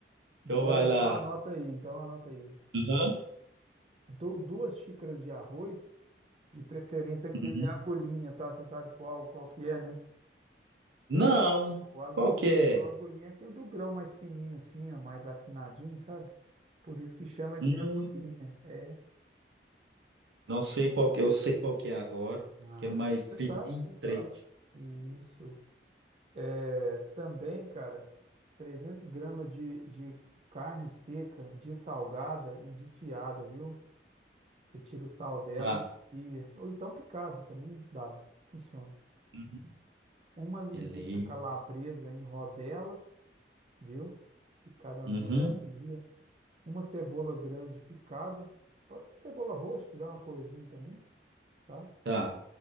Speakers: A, on the right; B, on the right.
A: então
B: Bora,
A: vai
B: então
A: lá.
B: anota aí, então anota aí.
A: Aham,
B: Du- duas xícaras de arroz, de preferência aquele
A: uhum.
B: agulhinha, tá? Você sabe qual, qual que é, né?
A: Não,
B: O agulhinha,
A: qual que é?
B: o agulhinha é aquele do grão mais fininho assim, ó, mais afinadinho, sabe? Por isso que chama
A: Hum,
B: de agulhinha, é.
A: não sei qual que, eu sei qual que é agora.
B: Ah,
A: Aquele mais fininho,
B: você sabe, você sabe.
A: três.
B: Isso. É, também, cara, 300 gramas de, de carne seca, dessalgada e desfiada, viu? Você tira o sal dela
A: Tá.
B: e desfia. Ou então picada também dá, funciona.
A: Uhum.
B: Uma linguiça
A: Beleza.
B: calabresa em rodelas, viu? Picada nas
A: Uhum.
B: rodelinhas ali, ó. Uma cebola grande picada. Pode ser cebola roxa, que dá uma corzinha também, tá?
A: Tá.